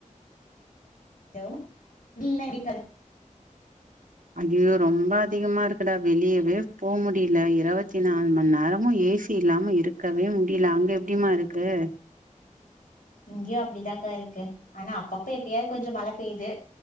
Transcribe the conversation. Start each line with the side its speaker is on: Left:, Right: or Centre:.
Left: ஹலோ டீல்லா இருக்காது
Right: ஐயோ ரொம்ப அதிகமா இருக்குடா வெளியவே போ முடியல இருவத்தி நாலு மணி நேரமும் ஏசி இல்லாம இருக்கவே முடியல அங்க எப்டிமா இருக்கு
Left: இங்கேயும் அப்படிதாக்கா இருக்கு ஆனா அப்பப்ப எப்பயாவது கொஞ்சம் மழை பெய்து